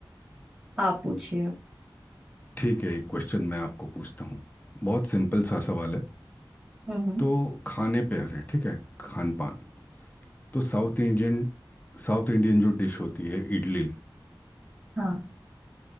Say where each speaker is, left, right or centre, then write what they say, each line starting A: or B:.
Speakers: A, on the right; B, on the left.
A: आप पूछिए अब।
B: ठीक है एक क्वेश्चन मैं आपको पूछता हूँ बहुत सिंपल सा सवाल है
A: हम्म
B: तो खाने पे है ठीक है खान पान तो साउथ इंडियन साउथ इंडियन जो डिश होती है इडली
A: हाँ